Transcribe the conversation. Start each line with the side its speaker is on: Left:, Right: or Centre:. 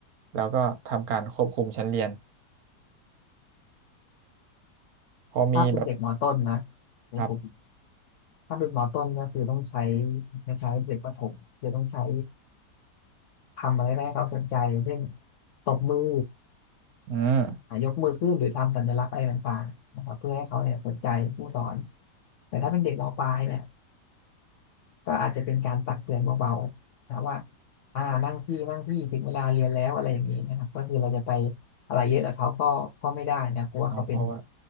Right: แล้วก็ทำการควบคุมชั้นเรียนพอมีแบบ
Left: ถ้าเป็นเด็กมต้นนะในผม
Right: ครับ
Left: ถ้าเป็นมต้นก็คือต้องใช้คล้ายๆเด็กประถมคือต้องใช้ทำอะไรได้ให้เขาสนใจอย่างเช่นตบมือ
Right: อืม
Left: อ่ะยกมือขึ้นหรือทำสัญลักษณ์อะไรต่างๆนะครับเพื่อให้เขาเนี่ยสนใจผู้สอนแต่ถ้าเป็นเด็กมปลายเนี่ย ก็อาจจะเป็นการตักเตือนเบาๆนะว่าอ่านั่งที่นั่งที่ถึงเวลาเรียนแล้วอะไรอย่างนี้นะครับก็คือเราจะไปอะไรเยอะกับเขาก็ก็ไม่ได้นะเพราะว่าเขาเป็น
Right: น้องพอว่า